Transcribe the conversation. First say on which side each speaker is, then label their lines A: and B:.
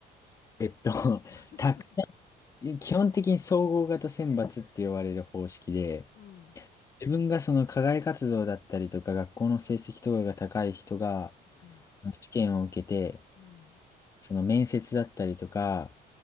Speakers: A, on the left; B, on the left.
A: えっと、<laughs>
B: <laughs>
A: たくさん基本的に総合型選抜って言われる方式で、
B: うん、
A: 自分がその課外活動だったりとか、学校の成績とかが高い人が、
B: うん、
A: 試験を受けて、
B: うん。
A: その面接だったりとか、